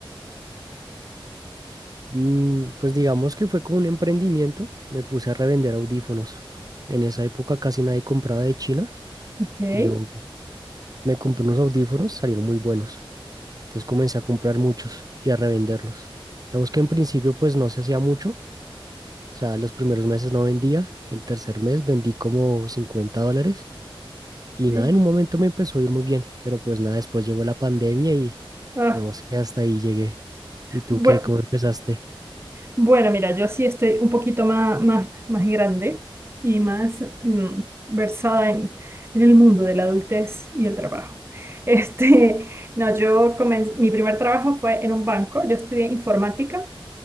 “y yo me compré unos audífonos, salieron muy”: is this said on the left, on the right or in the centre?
Right